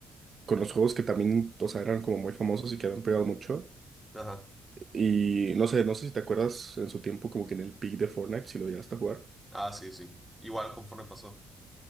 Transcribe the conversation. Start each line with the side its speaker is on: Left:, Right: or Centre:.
Right: con los juegos que también, o sea, eran como muy famosos y que habían pegado mucho.
Centre: Ajá.
Right: Y no sé, no sé si te acuerdas en su tiempo como que en el peak de Fortnite, si lo llegaste a jugar.
Centre: Ah, sí, sí. Igual conforme pasó.